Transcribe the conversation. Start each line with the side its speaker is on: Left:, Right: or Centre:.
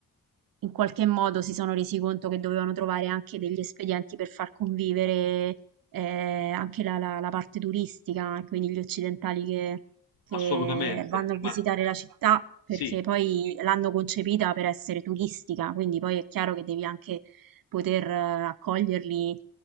Right: in qualche modo si sono resi conto che dovevano trovare anche degli espedienti per far convivere eh, anche la, la- la parte turistica, quindi gli occidentali che, che
Left: assolutamente,
Right: vanno a visitare
Left: ma
Right: la città, perché
Left: sì.
Right: poi l'hanno concepita per essere turistica, quindi poi è chiaro che devi anche poter eh, accoglierli